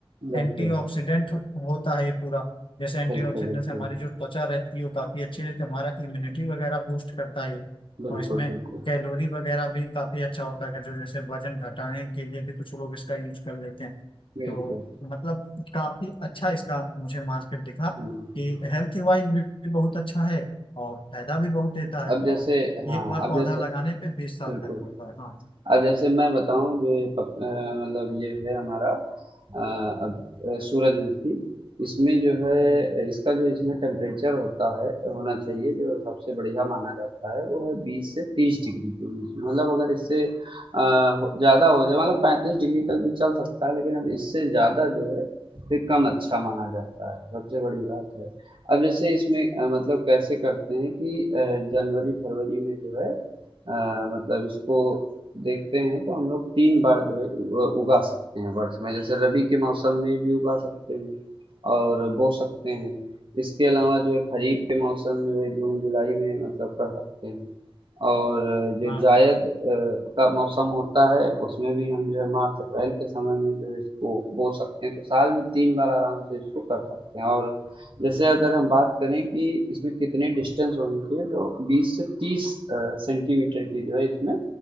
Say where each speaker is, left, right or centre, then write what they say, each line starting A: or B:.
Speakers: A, on the right; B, on the left.
A: बिल्कुल
B: एंटीऑक्सीडेंट होता है ये पूरा जैसे एंटीऑक्सीडेंट
A: बिल्कुल बिल्कुल
B: से हमारी जो त्वचा रहती है वो काफी अच्छी रहती है हमारा इम्यूनिटी वगैरह बूस्ट करता है ये
A: बिल्कुल
B: और इसमें
A: बिल्कुल
B: कैलोरी वगैरह भी काफी अच्छा होता है जो जैसे वजन घटाने के लिए भी कुछ लोग इसका यूज कर लेते हैं
A: बिल्कुल
B: तो मतलब काफी अच्छा इसका मुझे मार्केट दिखा
A: हम्म
B: कि हेल्थ वाइज भी बहुत अच्छा है और फायदा भी बहुत देता है
A: अब जैसे
B: और
A: हाँ
B: एक बार
A: अब
B: पौधा
A: जैसे
B: लगाने पे बीस साल
A: बिल्कुल
B: तक होता है हाँ
A: अब जैसे मैं बताऊं जो ये पप, अ, मतलब ये है हमारा अ, अब अ, सूरजमुखी इसमें जो है
B: हम्म,
A: इसका जो इसमें टेम्परेचर होता है होना चाहिए जो सबसे बढ़िया माना जाता है वो है बीस से तीस डिग्री के बीच में मतलब अगर इससे अ, हो- ज़्यादा हो जाए मतलब पैंतीस डिग्री तक भी चल सकता है लेकिन अब इससे ज़्यादा जो है फिर कम अच्छा माना जाता है सबसे बड़ी बात है अब जैसे इसमें अ, मतलब कैसे करते हैं कि अ, जनवरी फरवरी में जो है अ, मतलब इसको देखते हैं तो हम लोग तीन बार जो है उ- उगा सकते हैं वर्ष में जैसे रबी के मौसम में भी उगा सकते हैं और बो सकते हैं इसके अलावा जो है खरीफ के मौसम में जो है जून जुलाई में मतलब कर सकते हैं और जो
B: हाँ
A: जायद
B: हाँ
A: अ, का मौसम होता है उसमें भी हम जो है मार्च अप्रैल के समय में जो है इसको बो सकते हैं तो साल में तीन बार आराम से इसको कर सकते हैं और जैसे अगर हम बात करें कि इसमें कितने डिस्टेंस होनी चाहिए तो 20 से 30 अ, सेंटीमीटर की जो है इसमें